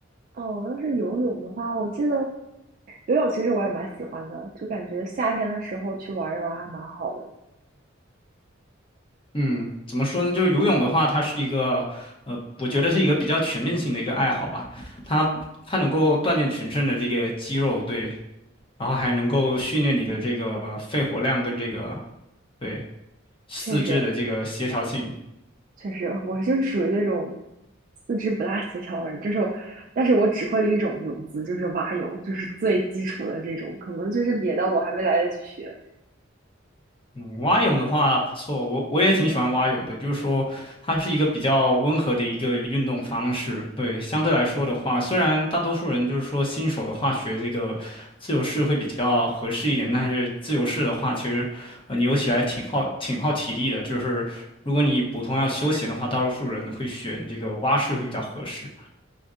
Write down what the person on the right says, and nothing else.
哦，要是游泳的话，我记得游泳其实我也蛮喜欢的，就感觉夏天的时候去玩一玩还蛮好的。
确实，确实，我就是属于那种四肢不大协调的人，就是我，但是我只会一种泳姿，就是蛙泳，就是最基础的这种，可能就是别的我还没来得及学。